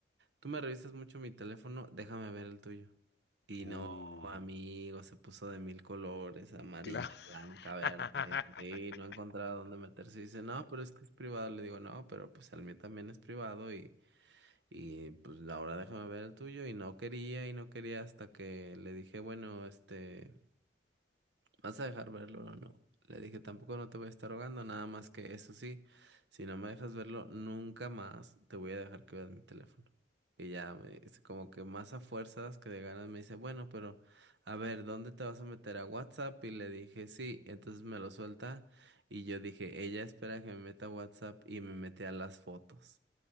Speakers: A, on the right; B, on the left.
A: tú me revisas mucho mi teléfono, déjame ver el tuyo. Y
B: Uh,
A: no, amigo, se puso de mil colores, amarilla,
B: claro.
A: blanca, verde,
B: <laughs>
A: y no encontraba dónde meterse. Y Dice, no, pero es que es privado. Le digo, no, pero pues el mío también es privado y, y pues ahora déjame ver el tuyo. Y no quería, y no quería hasta que le dije, bueno, este... ¿Vas a dejar verlo o no? Le dije, tampoco no te voy a estar rogando, nada más que eso sí, si no me dejas verlo, nunca más te voy a dejar que veas mi teléfono. Y ya me dice, como que más a fuerzas que de ganas me dice, bueno, pero a ver, ¿dónde te vas a meter a WhatsApp? Y le dije, sí, entonces me lo suelta. Y yo dije, ella espera que me meta a WhatsApp y me mete a las fotos.